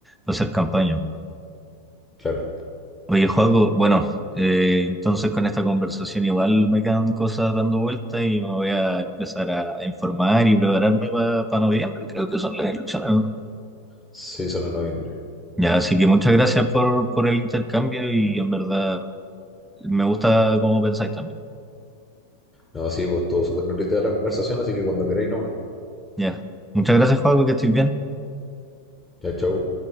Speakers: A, in the centre; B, on the left (about 15°).
A: hacer campaña.
B: claro.
A: Oye, Joaco, bueno, eh, entonces con esta conversación igual me quedan cosas dando vueltas y me voy a empezar a informar y prepararme para noviembre, creo que son las elecciones, ¿no?
B: Sí, son en noviembre.
A: Ya, así que muchas gracias por, por el intercambio y en verdad me gusta cómo pensáis también.
B: No, sí, pues estuvo súper nutrida la conversación, así que cuando queráis no
A: Ya, muchas gracias, Joaco, que estés bien.
B: Ya, chau.